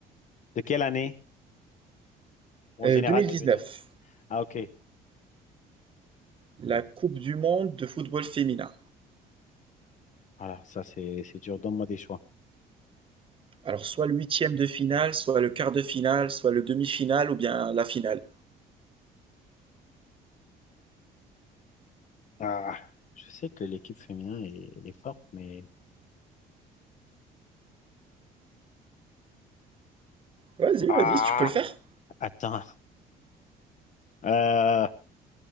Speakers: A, on the left; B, on the right.
A: De quelle année? En
B: Euh,
A: général,
B: 2019,
A: tu veux dire. Ah, ok.
B: la coupe du monde de football féminin.
A: Alors, ça, c'est c'est dur. Donne-moi des choix.
B: Alors soit le huitième de finale, soit le quart de finale, soit le demi-finale ou bien la finale.
A: Ah, je sais que l'équipe féminin, est- elle est forte, mais...
B: Vas-y,
A: Ah,
B: vas-y, tu peux le faire.
A: attends. Euh,